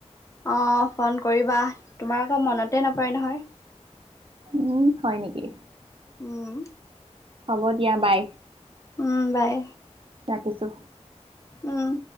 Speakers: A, on the left; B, on the right.
A: অ ফোন কৰিবা তোমাৰ আকৌ মনতে নপৰে নহয়।
B: উম হয় নেকি!
A: উম
B: হ'ব দিয়া বাই।
A: উম বাই।
B: ৰাখিছো।
A: উম